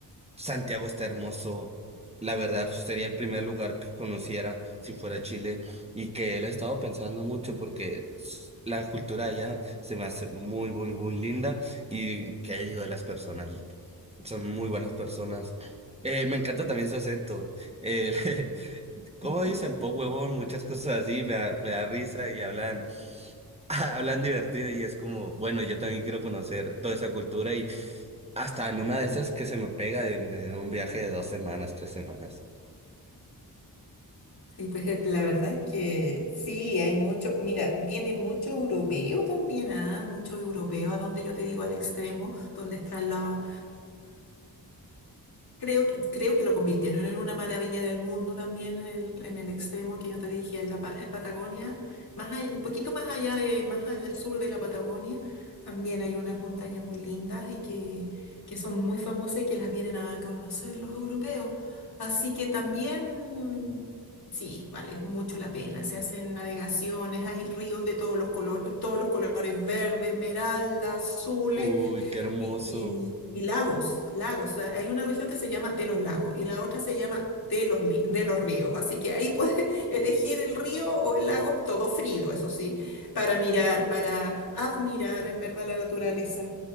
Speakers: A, on the right (about 15°); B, on the left (about 70°).
A: Santiago está hermoso. La verdad, sería el primer lugar que conociera si fuera Chile y que él he estado pensando mucho porque s- la cultura allá se me hace muy, muy, muy linda y que digo de las personas, son muy buenas personas. Eh, me encanta también su acento. Eh, <laughs>
B: <laughs>
A: como dicen, po huevón, muchas cosas así, me da, me da risa y hablan, <laughs> hablan divertido y es como, bueno, yo también quiero conocer toda esa cultura y hasta en una de esas que se me pega en, en un viaje de dos semanas, tres semanas.
B: Sí, pues eh, la verdad es que sí, hay mucho, mira, viene mucho europeo también, ¿ah? Mucho europeo, a donde yo te digo al extremo, donde están las Creo que, creo que lo convirtieron en una maravilla del mundo también en el, en el extremo que yo te dije, en la Pa- en Patagonia, más allá- un poquito más allá de, más al sur de la Patagonia, también hay unas montañas muy lindas y que, que son muy famosas y que las vienen a conocer los europeos. Así que también, sí, vale mucho la pena. Se hacen navegaciones, hay ríos de todos los colores, todos los colores, verde, esmeralda, azul
A: Uy, qué hermoso.
B: y, y- y lagos, lagos. O sea, Hay una región que se llama de los lagos y la otra se llama de los, li- de los ríos. Así que ahí puedes <laughs> elegir el río o el lago, todo frío, eso sí, para mirar, para admirar en verdad la naturaleza.